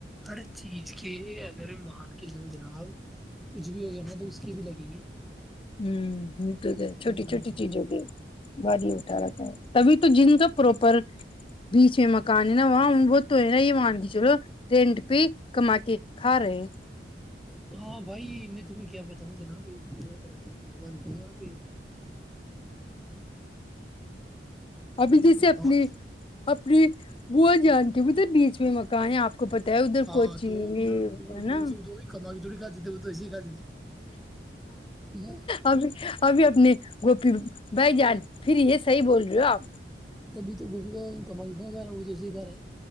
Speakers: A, in the centre; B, on the left.
A: ہر چیز کے اگر مان کے جو جناب کچھ بھی ہوگا نا تو اس کے بھی لگیں گے
B: ہ تو چھوٹی
A: ہم،
B: چھوٹی چیزوں کے بازی اٹھا رہتا ہے تبھی تو جن پروپر بیچ میں مکان ہے نا وہاں وہ تو ہے نا یہ وہاں کہ چلو رینٹ پہ کما کے کھا رہے ہیں
A: ہاں بھائی میں تمہیں کیا بتاؤں جناب بائی کر رہے پانچ ہزار روپئے یہاں پہ
B: ابھی
A: سمجھ
B: جیسے
A: رہے ہو
B: اپنی
A: پانچ-
B: اپنی بوو جان کے مدھر نیچ مکان ہیں آپ کو پتا ہے ادھر
A: ہاں
B: کوچنگ
A: تو وہ
B: ہے نا
A: کون سے توی کما کے تھوڑی کھاتے تھے وہ تو ایسے ہی کھاتے تھے ہاں،
B: ابھی ابھی ا گوپی بھائی جان پھر یہ صحیح بول رہے ہو آپ
A: تبھی تو کم گ رہا وہ توے گ رہا ہے